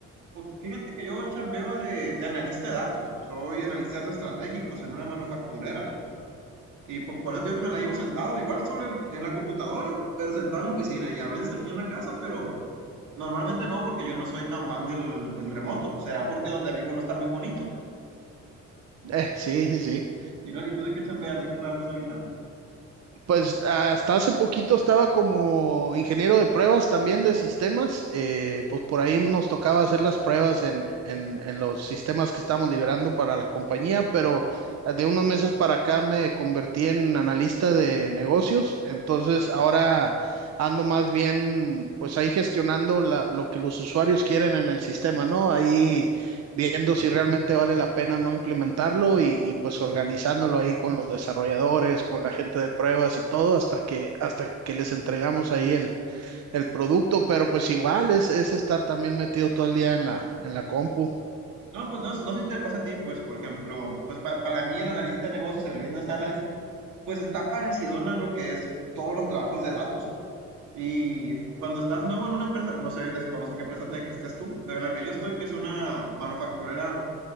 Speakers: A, on the right; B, on the right.
A: Pues fíjate que yo chambeo de, de analista de datos, soy analista de datos estratégicos en una manufacturera. Y pues por eso te digo que me la llevo sentado, igual sobre en la computadora, pero sentado en la oficina y a veces aquí en la casa, pero normalmente no, porque yo no soy tan fan del, del remoto. Será porque donde vivo no está muy bonito.
B: Eh, sí, sí, sí.
A: ¿Y, no? ¿Y tú de qué chambeas? ¿De qué la haces ahorita?
B: Pues hasta hace poquito estaba como ingeniero de pruebas también de sistemas. eh, pues por ahí nos tocaba hacer las pruebas en, en- en los sistemas que estamos liberando para la compañía, pero ah, de unos meses para acá me convertí en analista de negocios. Entonces ahora ando más bien pues ahí gestionando la- lo que los usuarios quieren en el sistema, ¿no? Ahí viendo si realmente vale la pena o no implementarlo y, y, pues organizándolo ahí con los desarrolladores, con la gente de pruebas y todo hasta que hasta que les entregamos ahí el, el producto, pero pues igual es, es estar también metido todo el día en la, en la compu.
A: No, pues no, no sé si te pasa a ti, pues por ejemplo, pues pa- para mí el analista de negocios, el business analyst, pues está parecido a lo que es todos los trabajos de datos. Y cuando estás nuevo en una empresa, no sé, desconozco qué empresa te, estés tú, pero en la que yo estoy, que es una manufacturera,